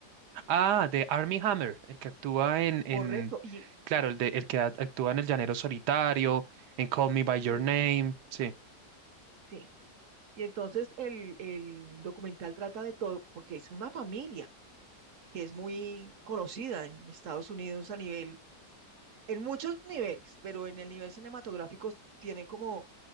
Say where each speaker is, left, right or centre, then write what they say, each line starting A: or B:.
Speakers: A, on the right (about 75°); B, on the right (about 60°).
A: Ah, de Armie Hammer, el que actúa en, en,
B: correcto, y
A: claro, el de, el que act- actúa en El Llanero Solitario, en Call Me by
B: Sí.
A: Your Name, sí.
B: sí, y entonces el, el documental trata de todo, porque es una familia que es muy conocida en Estados Unidos a nivel, en muchos niveles, pero en el nivel cinematográfico tienen como